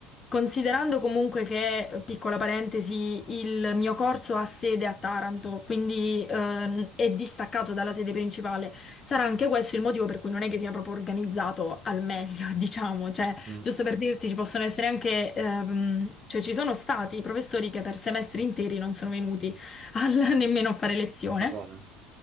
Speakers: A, on the left (about 30°); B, on the right (about 30°).
A: considerando comunque che, piccola parentesi, il mio corso ha sede a Taranto, quindi ehm, è distaccato dalla sede principale, sarà anche questo il motivo per cui non è che sia proprio organizzato al meglio, <laughs> diciamo, cioè,
B: Mm,
A: giusto per dirti, ci possono essere anche, ehm, cioè ci sono stati professori che per semestri interi non sono venuti al- <laughs> nemmeno a fare lezione.
B: ma come?